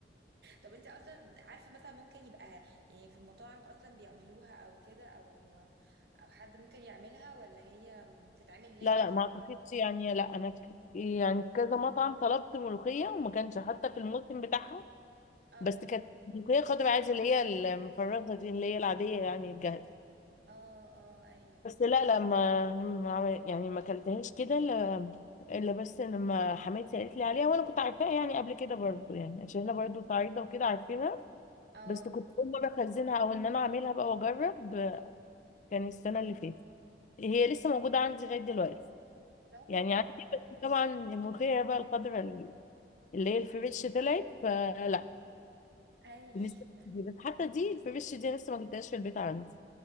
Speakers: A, on the right (about 65°); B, on the left (about 45°).
A: طب انت اصلا عارفه مثلا ممكن يبقى يعني في المطاعم اصلا بيعملوها او كده او او حد ممكن يعملها ولا هي تتعمل لازم
B: لا لا
A: تبقى
B: ما اعتقدش يعني لا انا ك- يعني في كذا مطعم طلبت ملوخيه وما كانش حتى في الموسم بتاعها
A: اه
B: بس كانت ملوخيه خضراء عادي اللي هي المفرزه دي اللي هي العاديه يعني الجاهزه
A: اه اه ايوه
B: بس لا لا ما ما عمل- يعني ما اكلتهاش كده الا إلا بس لما حماتي قالت لي عليها وانا كنت عارفاها يعني قبل كده برضو يعني عشان انا برضو صعيده وكده عارفينها
A: اه
B: بس كنت اول مره اخزنها او ان انا اعملها بقى واجرب كان السنه
A: اه
B: اللي فاتت هي لسه موجوده عندي لغايه دلوقتي
A: لا والله
B: يعني عندي بس طبعا الملوخيه بقى الخضراء اللي هي الفريش طلعت فلا
A: ايوه
B: بالنسبه لي دي، بس حتى دي الفريش دي لسه ما جبتهاش في البيت عندي